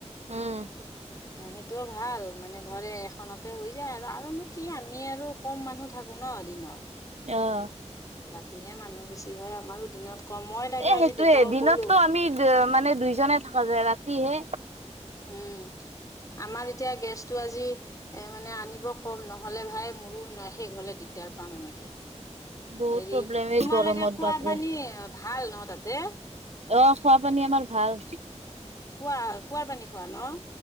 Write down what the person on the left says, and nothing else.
ন সেইটো ভাল মানে ধৰে এখনতে হৈ যায় আৰু আৰুনো কি আমি আৰু কম মানুহ থাকো ন দিনত
ৰাতিহে মানুহ বেছি হয় আমাৰো দিনত কম মই তাকে
আজি
দেউতাকক
কলো
উম আমাৰ এতিয়া গেছটো আজি এ মানে আনিব কম নহলে ভাই মোৰো শেষ হলে দিগদাৰ পাম এনেকে
হেৰি
তোমালোকে
খোৱা
পানী ভাল ন তাতে
কুৱা কুঁৱাৰ পানী খোৱা ন